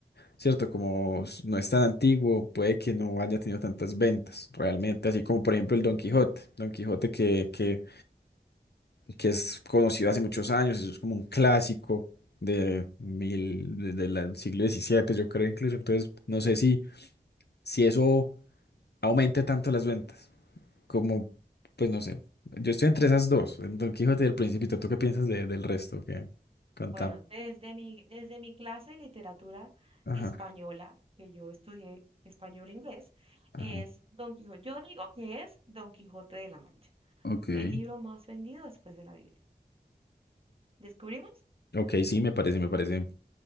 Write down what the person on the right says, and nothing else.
Mm.
Bueno, desde mi, desde mi clase de literatura
española, que yo estudié español-inglés,
es Don Quijote. Yo digo que es Don Quijote de la Mancha,
el libro más vendido después de la Biblia. ¿Descubrimos?